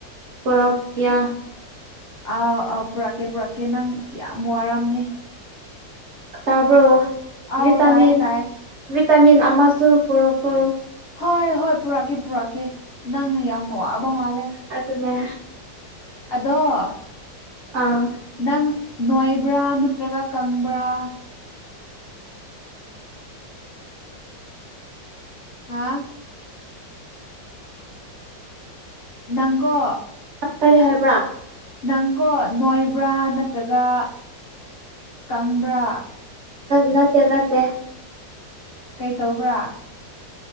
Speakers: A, on the right; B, on the left.
A: ꯄꯔꯛ ꯀꯌꯥ
B: ꯑꯥꯎ ꯑꯥꯎ ꯄꯨꯔꯛꯀꯦ ꯄꯨꯔꯛꯀꯦ ꯅꯪ ꯌꯥꯝ ꯋꯥꯔꯝꯅꯦ
A: ꯇꯥꯔꯕ꯭ꯔꯣ
B: ꯑꯥꯎ
A: ꯚꯤꯇꯥꯃꯤꯟ
B: ꯇꯥꯏꯌꯦ ꯇꯥꯏꯌꯦ
A: ꯚꯤꯇꯥꯃꯤꯟ ꯑꯃꯁꯁꯨ ꯄꯨꯔꯧꯀꯣ
B: ꯍꯣꯏ ꯍꯣꯏ ꯄꯨꯔꯛꯀꯦ ꯄꯨꯔꯛꯀꯦ ꯅꯪꯅ ꯌꯥꯝ ꯋꯥꯕ ꯃꯥꯜꯂꯦ
A: ꯑꯗꯨꯅꯦ
B: ꯑꯗꯣ
A: ꯑꯥ
B: ꯅꯪ ꯅꯣꯏꯕ꯭ꯔꯥ ꯅꯠꯇ꯭ꯔꯒ ꯀꯪꯕ꯭ꯔꯥ ꯍꯥꯥ ꯅꯪꯀꯣ
A: ꯀꯔꯤ ꯍꯥꯏꯕ꯭ꯔꯥ
B: ꯅꯪꯀꯣ ꯅꯣꯏꯕ꯭ꯔꯥ ꯅꯠꯇ꯭ꯔꯒ ꯀꯪꯕ꯭ꯔꯥ
A: ꯅꯠꯇꯦ ꯅꯠꯇꯦ
B: ꯀꯩ ꯇꯧꯕ꯭ꯔꯥ